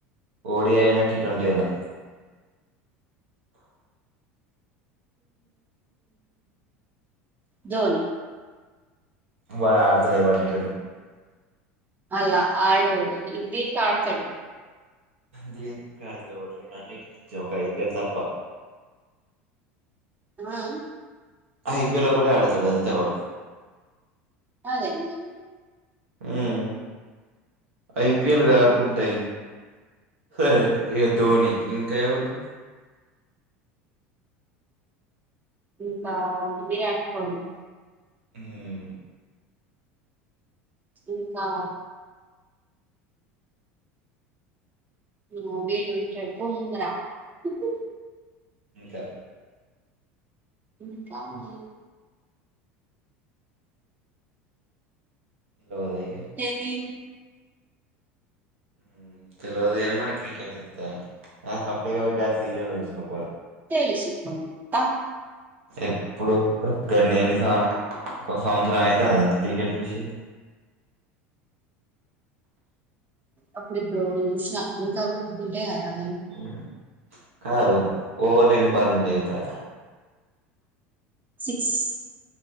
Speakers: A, on the right; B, on the right.
A: ఓడి అయిన టిటోంటి ఏనా
B: ధోని
A: వాడ్ అడుతలేవ్ టిటోంట్
B: మల్లా ఆడు ఇ దీత్ అడతడు
A: దియంత్ కాడతాలేవాడు రొంన్ అన్నిటికి ఇచ్చే ఒక ఐపీఎల్ తప్ప
B: వై యి
A: ఐపీల్ ఒకటే ఆడతడు అంతే వాడు
B: అదే మరి
A: ఉమ్ ఐపియల్
B: మ్మ్,
A: గాకుంటాయి
B: అందుకే
A: ఎహ్ ఏ ధోని ఇంకా ఎవళు
B: ఇంకా విరాట్ కోలీ
A: ఉమ్
B: ఇంకా మ్ వీడుంటాడు బుమ్రా ఉహ్
A: ఇంకా
B: ఇంకా ఆ
A: నీల్ వద ఇగ
B: తెలీదు
A: ఉమ్ తెల్ వాద్ గాని మల్ క్రికెట్ సుతాదంట ఆ సప్ డేక పయ్ గా సీరియలో సుస్ కోపో రాద్
B: తెలుసు కుంట
A: ఎప్పుడు జుతవ్ గన్ని ఏన్ని సా ఒక సౌవ్ జరం అయితదాద్ కిక్ క్రికెట్ జుసి
B: అపుడేప్పుడో జుష్ న ఇంకా గూర్ త్ తుంటే అర్ హ
A: హ్మ్ చ్ కాదు ఓవర్ ల ఎన్ని బాలుంటాయి ఎపు రా
B: సిక్స్